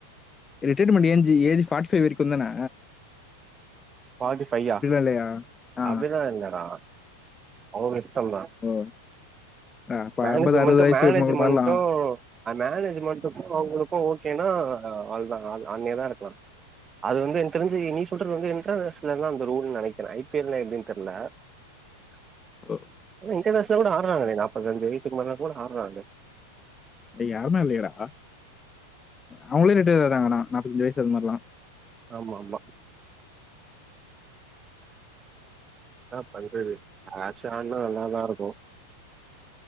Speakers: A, on the left; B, on the right.
A: ரிட்டைர்மென்ட் ஏன் ஜி ஏஜ் ஃபாட்டிஃபை வரைக்குந்தான
B: ஃபார்ட்டி ஃபையா
A: இல்லையா? ஆ.
B: அப்டிலா இல்லடா அவங்க இஷ்டோ தா
A: ஓ அ அப்ப
B: மேனேஜ்மெண்டு
A: வயசு
B: மேனேஜ்மெண்ட்டு
A: வரைக்கும் கூட மாறலாம்.
B: ஆ மேனேஜ்மெண்ட்டுக்கு அவங்களுக்கு ஓகேனா அவ்ளோதா ஆட்னேதா இருக்கலா அது வந்து எனக்கு தெரிஞ்சு நீ சொல்றது வந்து இன்டர்நேஷனலல்லா அந்த ரூல்னு நெனைக்கிறே ஐ பி எல் ல எப்டின்னு தெரில <unintelligible>
A: ம்
B: இன்டர்நேஷனல் ல கூட ஆட்றாங்ளே நாப்பத்து அஞ்சு வயசுக்கு மேல கூட ஆட்றாங்ளே
A: யாருமே இல்லியேடா அவங்களே ரிடையர் ஆயிடுறாங்கண்ணா நாப்பத்தஞ்சு வயசு அது மாரிலா
B: ஆமாம்மா என்ன பண்றது யாருச்சு ஆட்னா நல்லாதா இருக்கு